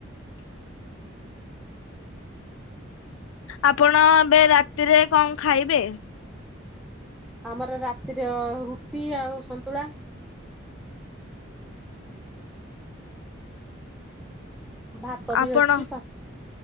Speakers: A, on the left; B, in the centre.
A: ଆପଣ ଏବେ ରାତିରେ କଣ ଖାଇବେ?
B: ଆମର ରାତିରେ ରୁଟି ଆଉ ସନ୍ତୁଳା। ଭାତ ବି
A: ଆପଣ
B: ଅଛି ତ।